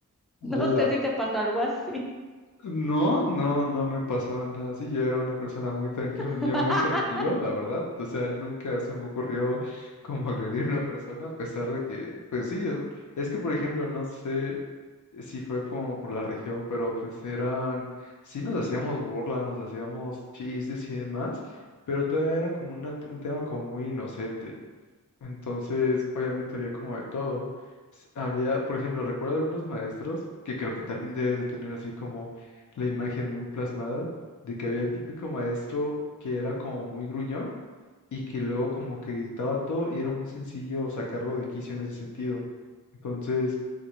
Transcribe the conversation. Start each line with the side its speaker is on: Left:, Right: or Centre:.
Left: ¡Hala!
Centre: No sé si te pasó algo así.
Left: No, no, no me pasó nada así. Yo era una persona muy tranquila, un niño
Centre: <laughs>
Left: muy tranquilo, la verdad. O sea, nunca se me ocurrió como <laughs> agredir a una persona, a pesar de que, pues sí, es, es que, por ejemplo, no sé si fue como por la región, pero pues eran, sí nos hacíamos burla, nos hacíamos chistes y demás, pero todavía era como una- un tema como muy inocente. Entonces, obviamente había como de todo. S- Había, por ejemplo, recuerdo algunos maestros que creo que también debes de tener así como la imagen muy plasmada de que había el típico maestro que era como muy gruñón y que luego como que gritaba todo y era muy sencillo sacarlo de quicio en ese sentido. Entonces,